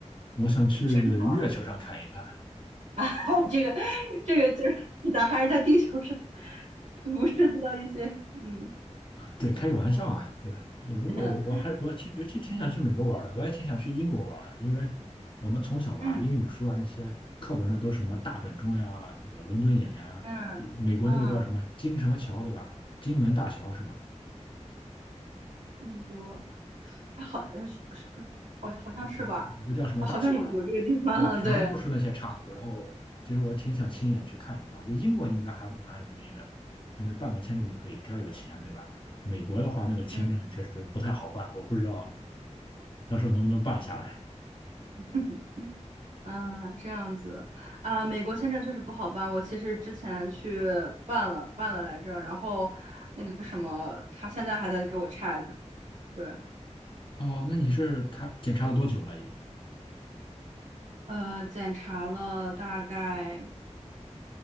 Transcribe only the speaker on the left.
我想去月球上看一看。
对，开个玩笑啊，对吧？我如果我我还我挺尤其挺想去美国玩的，
我也挺想去英国玩的，因为我们从小吧，
英语书啊那些课本上都是什么大本钟呀，那个伦敦眼呀，
也美国那个叫什么金什么桥对吧？金门大桥是吗？
有有有个叫什么大桥，
然后就全部是那些插图，
然后其实我挺想亲眼去看一看，我觉得英国应该还蛮容易的，因为办个签证就可以，只要有钱对吧？美国的话，那个签证确实不太好办，
我不知道到时候能不能办下来。
哦，那你是他检查了多久了？已经？